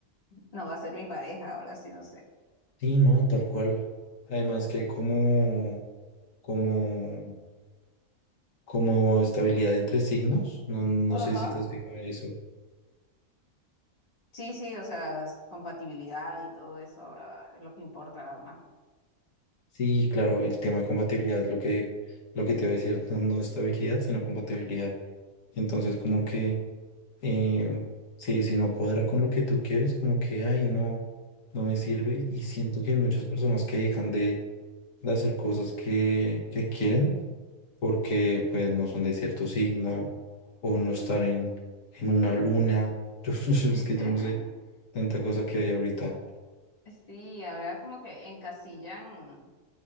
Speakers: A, on the left; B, on the left.
A: no va a ser mi pareja o algo así, no sé.
B: Sí, no, tal cual. Además que hay como, como, como estabilidad entre signos. No, no sé
A: Ajá.
B: si te has fijado en eso.
A: Sí, sí, o sea, s- compatibilidad y todo eso ahora es lo que importa más.
B: Sí, claro, el tema de compatibilidad es lo que, lo que te voy a decir, <laughs> no, no estabilidad, sino compatibilidad. Entonces, como que eh, si, si no cuadra con lo que tú quieres, como que, ay, no, no me sirve. Y siento que hay muchas personas que dejan de, de hacer cosas que, que quieren porque pues no son de cierto signo o no
A: Sí.
B: estar en, en una luna. <laughs> Yo, yo
A: <laughs>
B: es que ya no sé tanta cosa que hay ahorita.
A: Sí, ahora como que encasillan.